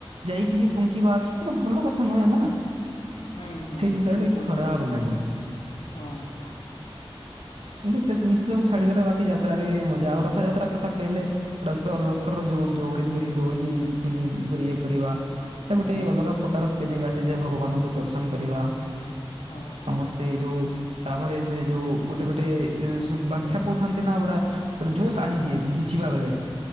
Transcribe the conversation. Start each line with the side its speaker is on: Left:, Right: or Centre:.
Right: ଯାଇକି ହିଁ ଫୁଙ୍କିବା ସେଟା ତ ଭଲ କଥା ନୁହେଁ ନା
Left: ହଁ ହଁ
Right: ସେଇ ଜିନିଷଟା
Left: ଠିକ
Right: ଟିକେ
Left: କହୁଛ
Right: ଖରାପ
Left: ଭାଇ
Right: ଲାଗେ।
Left: ହଁ।
Right: କିନ୍ତୁ ସେ ସ ଜିନିଷ ସବୁ ଛାଡିଦେଲେ ବାକି ଯାତ୍ରାରେ ମଜା ଆଉ ରଥଯାତ୍ରା କଥା କହିଲେ ରଥ ରଥର ଯୋଉ ଦଉଡି ଧରି ଦଉଡିକି ଣି ଇଏ କରିବା ତ
Left: ହଁ
Right: ଗୋଟେ ଅଲଗା ପ୍ରକାର ଫିଲିଙ୍ଗ ଆସିଯାଏ ଭଗବାନଙ୍କୁ ଦର୍ଶନ କରିବା
Left: ହଁ।
Right: ସମସ୍ତେ ଯୋଉ ତାପରେ ସେ ଯୋଉ ଗୋଟେ ଗୋଟେ ଏ ଯୋଉ ସବୁ ବା କଥା କହୁଥାନ୍ତି ନା ପୁରା ଗୋଟେ ଜୋସ ଆଣିଦିଏ ଘିଚିବା ବେଳେ